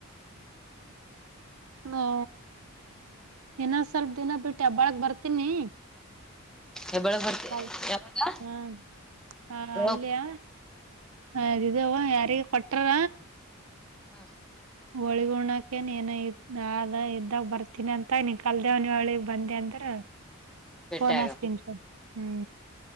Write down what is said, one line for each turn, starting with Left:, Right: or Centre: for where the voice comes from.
Right: ಹ ಇನ್ನೊ ಸ್ವಲ್ಪ ದಿನ ಬಿಟ್ಟು ಹೇಬ್ಬಾಳಗ್ ಬರ್ತೀನಿ
Centre: ಹೆಬ್ಬಳ ಬರ್ತಿ
Right: ಅ
Centre: ಯಾವಾಗ
Right: ಹಾ ಹ
Centre: ಯಾವಾಗ
Right: ಅಲ್ಲಿಯ ಹದಿದವ ಯಾರಿಗೆ ಕೊಟ್ಟರ್
Centre: ಹ್ಮ
Right: ಹೋಳಿಗೆ ಉಣ್ಣಾಕ್ ನಿನ್ ಇರತಿವಿ ಅದ ಇದ್ದಾಗ ಬರ್ತೀನಿ ಅಂತ ನೀ ಕಲ್ದೇವ್ನ ಒಳಿಗ್ ಬಂದಿ ಅಂತ
Centre: ಭೇಟಿ
Right: ಫೋನ್ ಹಚ್ಚತೀನಿ ತೊ ಹ್ಮ